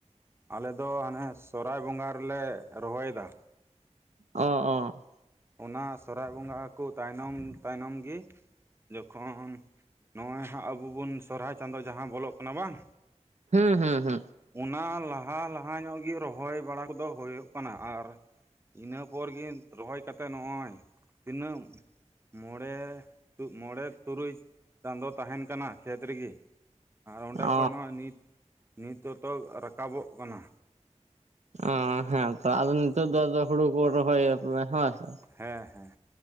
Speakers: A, on the right; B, on the right.
A: ᱟᱞᱮ ᱫᱚ ᱦᱟᱱᱮ ᱥᱚᱨᱦᱟᱭ ᱵᱚᱸᱜᱟ ᱨᱮᱞᱮ ᱨᱚᱦᱚᱭ ᱮᱫᱟ᱾
B: ᱚᱸ ᱚᱸ
A: ᱚᱱᱟ ᱥᱚᱨᱦᱟᱭ ᱵᱚᱸᱜᱟ ᱠᱚ ᱛᱟᱭᱱᱚᱢ ᱛᱟᱭᱱᱚᱢ ᱜᱮ ᱡᱚᱠᱷᱚᱱ ᱱᱚᱜᱼᱚᱭ ᱦᱟᱸᱜ ᱟᱵᱚ ᱵᱚᱱ ᱥᱚᱨᱦᱟᱭ ᱪᱟᱸᱫᱳ ᱡᱟᱦᱟᱸ ᱵᱚᱞᱚᱜ ᱠᱟᱱᱟ ᱵᱟᱝ
B: ᱦᱩᱸ ᱦᱩᱸ ᱦᱩᱸ
A: ᱚᱱᱟ ᱞᱟᱦᱟ ᱞᱟᱦᱟ ᱧᱚᱜ ᱜᱮ ᱨᱚᱦᱚᱭ ᱵᱟᱲᱟ ᱠᱚᱫᱚ ᱦᱩᱭᱩᱜ ᱠᱟᱱᱟ ᱟᱨ ᱤᱱᱟᱹ ᱯᱚᱨ ᱜᱮ ᱨᱚᱦᱚᱭ ᱠᱟᱛᱮ ᱱᱚᱜᱼᱚᱭ ᱛᱤᱱᱟᱹᱜ ᱢᱚᱬᱮ ᱢᱚᱬᱮ ᱛᱩᱨᱩᱭ ᱪᱟᱸᱫᱳ ᱛᱟᱦᱮᱱ ᱠᱟᱱᱟ ᱠᱷᱮᱛ ᱨᱮᱜᱮ ᱟᱨ ᱚᱸᱰᱮ
B: ᱚ
A: ᱠᱷᱚᱡ ᱱᱚᱜ ᱼᱚᱭ ᱱᱤᱛ ᱱᱤᱛ ᱛᱚᱛᱚ ᱨᱟᱠᱟᱵᱚᱜ ᱠᱟᱱᱟ
B: ᱚᱸ ᱦᱮᱸ ᱛᱚ ᱟᱫᱚ ᱱᱤᱛᱚᱜ ᱫᱚ ᱦᱩᱲᱩ ᱠᱚ ᱨᱚᱦᱚᱭ ᱦᱮᱸ ᱥᱮ
A: ᱦᱮᱸ ᱦᱮᱸ